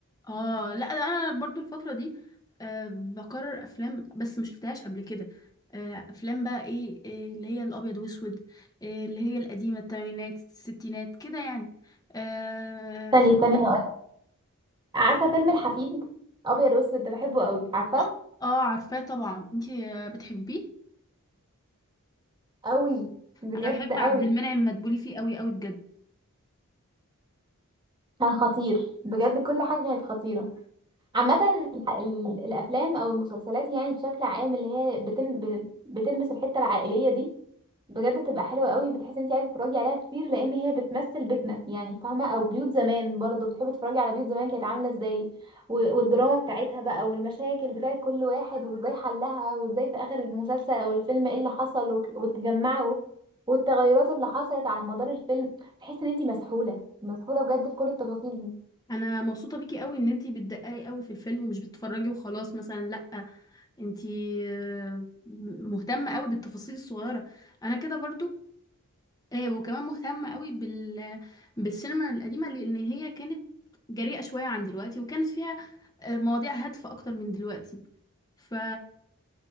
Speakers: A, on the left; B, on the right.
A: اه لا ده انا برضو الفتره دي آه بكرر افلام بس مش شفتهاش قبل كده آه افلام بقى ايه, إيه اللي هي الابيض واسود إيه اللي هي القديمه الثمانينات الستينات كده يعني آه،
B: ثانية ثانية هقولك. عارفة فيلم الحفيد ابيض واسود ده بحبه قوي عارفة
A: اه آه، عارفاه طبعا انتي آه، بتحبيه
B: قوي بجد
A: انا بحب عبد
B: قوي
A: المنعم مدبولي فيه قوي قوي بجد
B: كان خطير بجد كل حاجة كانت خطيرة عامة الح- ال- الأفلام أو المسلسلات يعني بشكل عام اللي هي بتل... ب- بتلمس الحتة العائلية دي بجد بتبقى حلوة قوي بتحس إن أنت عايزة تتفرجي عليها كتير لأن هي بتمثل بيتنا يعني فاهمة أو بيوت زمان برضه بتحبي تتفرجي على بيوت زمان كانت عاملة إزاي و... والدراما بتاعتها بقى والمشاكل بتاعت كل واحد وإزاي حلها وإزاي في آخر المسلسل أو الفيلم إيه اللي حصل وت... وتجمعوا والتغيرات اللي حصلت على مدار الفيلم تحس إن أنت مسحولة مسحولة بجد في كل التفاصيل دي
A: انا مبسوطه بيكي قوي ان انتي بتدققي قوي في الفيلم ومش بتتفرجي وخلاص مثلا لا انتي آه، مهتمه قوي بالتفاصيل الصغيره انا كده برضو آه، وكمان مهتمه قوي بال بالسينما القديمه لان هي كانت جريئه شويه عن دلوقتي وكانت فيها آه، مواضيع هادفه اكتر من دلوقتي ف